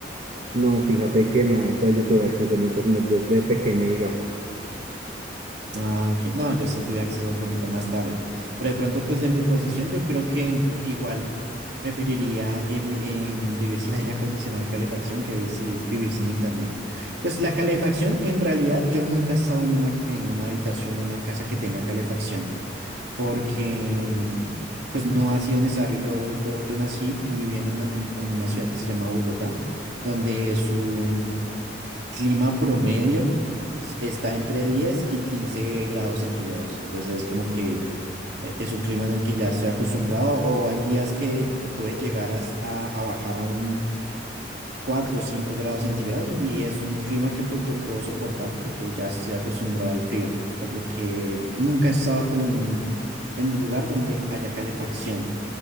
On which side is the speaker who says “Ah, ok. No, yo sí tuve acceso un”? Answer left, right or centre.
Right